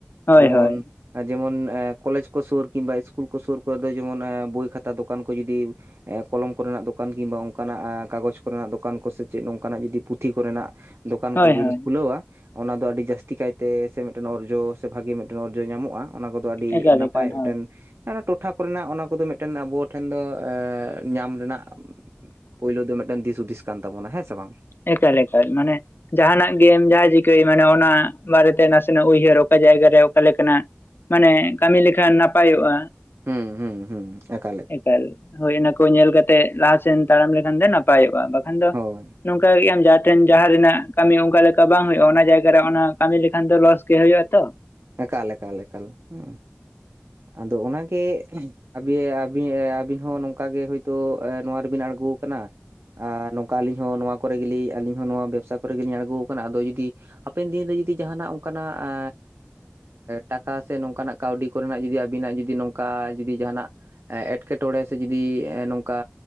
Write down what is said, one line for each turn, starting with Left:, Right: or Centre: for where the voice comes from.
Left: ᱦᱳᱭ
Right: ᱡᱮᱢᱚᱱ
Left: ᱦᱳᱭ
Right: ᱡᱮᱢᱚᱱ ᱮᱸ ᱠᱚᱞᱮᱡᱽ ᱠᱚ ᱥᱩᱨ ᱠᱤᱢᱵᱟ ᱤᱥᱠᱩᱞ ᱠᱚ ᱥᱩᱨ ᱠᱚᱨᱮ ᱫᱚ ᱡᱮᱢᱚᱱ ᱮᱸ ᱵᱳᱭ ᱠᱷᱟᱛᱟ ᱫᱚᱠᱟᱱ ᱠᱚ ᱡᱩᱫᱤ ᱮ ᱠᱚᱞᱚᱢ ᱠᱚᱨᱮᱱᱟᱜ ᱫᱚᱠᱟᱱ ᱠᱤᱢᱵᱟ ᱚᱱᱠᱟᱱᱟᱜ ᱟ ᱠᱟᱜᱚᱡᱽ ᱠᱚᱨᱮᱱᱟᱜ ᱫᱚᱠᱟᱱ ᱠᱚᱥᱮ ᱪᱮᱫ ᱱᱚᱝᱠᱟᱱᱟᱜ ᱡᱩᱫᱤ ᱯᱩᱛᱷᱤ ᱠᱚᱨᱮᱱᱟᱜ ᱫᱚᱠᱟᱱ
Left: ᱦᱳᱭ
Right: ᱠᱚᱵᱤᱱ
Left: ᱦᱳᱭ
Right: ᱠᱷᱩᱞᱟᱹᱣᱟ ᱚᱱᱟ ᱫᱚ ᱟᱹᱰᱤ ᱡᱟᱹᱥᱛᱤ ᱠᱟᱭᱛᱮ ᱥᱮ ᱢᱤᱫᱴᱮᱱ ᱚᱨᱡᱚ ᱥᱮ ᱵᱷᱟᱜᱮ ᱢᱤᱫᱴᱮᱱ ᱚᱨᱡᱚ ᱧᱟᱢᱚᱜᱼᱟ᱾ ᱚᱱᱟ ᱠᱚᱫᱚ ᱛᱚ ᱟᱹᱰᱤ
Left: ᱮᱠᱟᱞ
Right: ᱱᱟᱯᱟᱭ
Left: ᱮᱠᱟᱞ
Right: ᱢᱤᱫᱴᱮᱱ
Left: ᱦᱳᱭ
Right: ᱴᱚᱴᱷᱟ ᱠᱚᱨᱮᱱᱟᱜ ᱚᱱᱟ ᱠᱚᱫᱚ ᱢᱤᱫᱴᱮᱱ ᱟᱵᱚ ᱴᱷᱮᱱ ᱫᱚ ᱮᱫ ᱧᱟᱢ ᱨᱮᱱᱟᱜ ᱯᱩᱭᱞᱳ ᱫᱚ ᱢᱤᱫᱴᱟᱝ ᱫᱤᱥ ᱦᱩᱫᱤᱥ ᱠᱟᱱ ᱛᱟᱵᱚᱱᱟ ᱦᱮᱸ ᱥᱮ ᱵᱟᱝ?
Left: ᱮᱠᱟᱞ ᱮᱠᱟᱞ᱾ ᱢᱟᱱᱮ ᱡᱟᱦᱟᱱᱟᱜ ᱜᱮᱢ ᱡᱟᱦᱟᱸ ᱪᱤᱠᱟᱹᱭ ᱢᱟᱱᱮ ᱚᱱᱟ ᱵᱟᱨᱮᱛᱮ ᱱᱟᱥᱮᱱᱟᱜ ᱩᱭᱦᱟᱹᱨ ᱚᱠᱟ ᱡᱟᱭᱜᱟᱨᱮ ᱚᱠᱟ ᱞᱮᱠᱟᱱᱟᱜ ᱢᱟᱱᱮ ᱠᱟᱹᱢᱤ ᱞᱮᱠᱷᱟᱱ ᱱᱟᱯᱟᱭᱚᱜᱼᱟᱼᱼ
Right: ᱦᱩᱸᱦᱩᱸ ᱾ ᱦᱩᱸ ᱮᱠᱟ
Left: ᱮᱠᱟᱞ, ᱦᱳᱭ ᱤᱱᱟᱹ ᱠᱚ ᱧᱮᱞ ᱠᱟᱛᱮᱜ ᱞᱟᱦᱟᱥᱮᱱ ᱛᱟᱲᱟᱢ ᱞᱮᱠᱷᱟᱱ ᱜᱮ ᱱᱟᱯᱟᱭᱚᱜᱼᱟ ᱵᱟᱠᱷᱟᱱ ᱫᱚ
Right: ᱦᱳᱭ
Left: ᱱᱚᱝᱠᱟ ᱜᱮ ᱟᱢ ᱡᱟᱦᱟᱸ ᱴᱷᱮᱱ ᱡᱟᱦᱟᱸ ᱨᱮᱱᱟᱜ ᱠᱟᱹᱢᱤ ᱚᱱᱠᱟ ᱞᱮᱠᱟ ᱵᱟᱝ ᱦᱩᱭᱩᱜ-ᱟ ᱚᱱᱟ ᱡᱟᱭᱜᱟ ᱨᱮ ᱚᱱᱟ ᱠᱟᱹᱢᱤ ᱞᱮᱠᱷᱟᱱ ᱫᱚ ᱞᱚᱥ ᱜᱮ ᱦᱩᱭᱩᱜ-ᱟ ᱛᱚ ᱾
Right: ᱮᱠᱟᱞᱮᱠᱟᱞᱮᱠᱟᱞ ᱦᱮ ᱟᱫᱚ ᱚᱱᱟᱜᱮ ᱟᱵᱤ ᱟᱵᱤ ᱟᱹᱵᱤᱱ ᱦᱚᱸ ᱱᱚᱝᱠᱟᱜᱮ ᱦᱳᱭᱛᱳ ᱱᱚᱣᱟ ᱨᱮᱵᱤᱱ ᱟᱬᱜᱚᱠᱟᱱᱟ ᱟᱨ ᱱᱚᱝᱠᱟ ᱟᱹᱞᱤᱧ ᱦᱚᱸ ᱱᱚᱣᱟ ᱠᱚᱨᱮ ᱜᱮᱞᱤᱧ ᱟᱹᱞᱤᱧ ᱦᱚᱸ ᱱᱚᱣᱟ ᱵᱮᱵᱽᱥᱟ ᱠᱚᱨᱮ ᱜᱮᱞᱤᱧ ᱟᱬᱜᱚ ᱟᱠᱟᱱᱟ ᱟᱫᱚ ᱡᱩᱫᱤ ᱦᱟᱯᱮᱱ ᱫᱤᱱᱨᱮ ᱡᱩᱫᱤ ᱡᱟᱦᱟᱱᱟᱜ ᱚᱱᱠᱟᱱᱟᱜ ᱮ ᱴᱟᱠᱟ ᱥᱮ ᱱᱚᱝᱠᱟᱱᱟᱜ ᱠᱟᱹᱣᱰᱤ ᱠᱚᱨᱮᱱᱟᱜ ᱡᱩᱫᱤ ᱟᱹᱵᱤᱱᱟᱜ ᱡᱩᱫᱤ ᱱᱚᱝᱠᱟ ᱡᱩᱫᱤ ᱡᱟᱦᱟᱱᱟᱜ ᱮᱸᱴᱠᱮᱴᱚᱬᱮ ᱥᱮ ᱡᱩᱫᱤ ᱱᱚᱝᱠᱟ